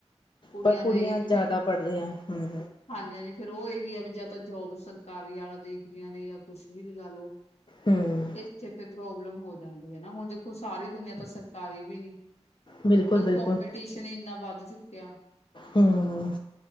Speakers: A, on the left (about 70°); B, on the left (about 45°).
A: ਕੁੜੀਆਂ
B: ਪਰ
A: ਦਾ ਏਹ ਐ ਵੀ
B: ਜ਼ਿਆਦਾ
A: ਚਲੋ
B: ਪੜ੍ਹਦੀਆਂ ਹਮ
A: ਹਾਂਜੀ ਹਾਂਜੀ, ਫੇਰ ਓਹ ਏਹੀ ਆ ਵੀ ਜਾਂ ਤਾਂ ਜੋਬ ਸਰਕਾਰੀ ਆਲਾ ਦੇਖਦੀਆਂ ਨੇ ਯਾ ਕੁੱਛ ਵੀ ਲਗਾ ਲੋ,
B: ਹਮ
A: ਇਥੇ ਫੇਰ ਪ੍ਰੋਬਲਮ ਹੋ ਜਾਂਦੀ ਐ ਨਾ। ਹੁਣ ਦੇ ਖੋ ਸਾਰੀ ਦੁਨੀਆਂ ਤਾਂ ਸਰਕਾਰੀ ਵੀ ਨੀ।
B: ਬਿਲਕੁਲ
A: ਕਿਉਂ
B: ਬਿਲਕੁਲ
A: ਕੋੰਪੀਟੀਸ਼ਨ ਇੰਨਾ ਵੱਧ ਚੁੱਕਿਆ।
B: ਹਮ